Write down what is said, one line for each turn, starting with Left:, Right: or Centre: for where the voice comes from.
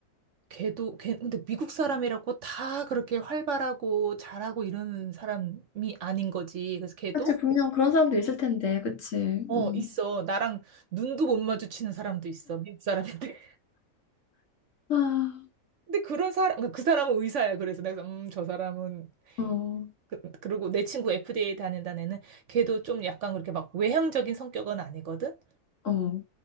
Right: 걔도 걔 근데 미국 사람이라고 다 그렇게 활발하고 잘하고 이러는 사람이 아닌 거지. 그래서 걔도
Left: 그치, 분명 그런 사람도 있을 텐데, 그치.
Right: 어
Left: 음.
Right: 있어. 나랑 눈도 못 마주치는 사람도 있어. 미국 사람인데.
Left: 아,
Right: 근데 그런 사람, 그러니까 그 사람은 의사야. 그래서 내가, 음, 저 사람은,
Left: 어,
Right: 그, 그리고 내 친구 FDA 다닌다는 애는 걔도 좀 약간 그렇게 막 외향적인 성격은 아니거든?
Left: 어,